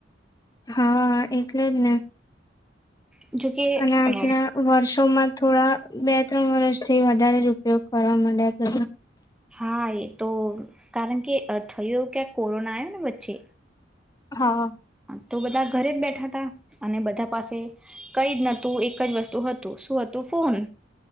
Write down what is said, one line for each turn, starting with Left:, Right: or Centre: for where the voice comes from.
Left: હા એટલે જ ને
Centre: જોકે
Left: અને આટલા
Centre: અ
Left: વર્ષોમાં થોડા બે ત્રણ વર્ષ થી વધારે જ ઉપયોગ કરવા માટે ક
Centre: હા એ તો કારણ કે થય ક્યાં કોરોના આવ ને વચ્ચે
Left: હા
Centre: તો બધા ઘરે જ બેઠા હતા અને બધા પાસે કઈ જ નતું એક જ વસ્તુ હતું શું હતું ફોન